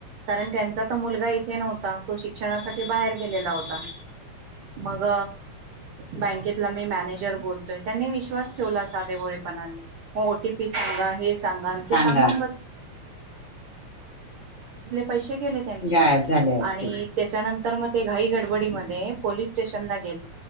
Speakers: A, on the right; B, on the left.
A: कारण त्यांचा तर मुलगा इथे नव्हता तो शिक क्षणासाठी बाहेर गेलेला होता मग बँकेतला मी मॅनेजर बोलतोय त्यांनी विश्वास ठेवला साधे ोळेपणाने मग ओटीपी सांगा हे ग
B: सांगा
A: पैसे गेले त्यांच्या
B: गायब झाले असतील
A: आणि त्याच्यानंतर मग ते घाई गडबडीमध्ये पोलिस स्टेशनला गेलो,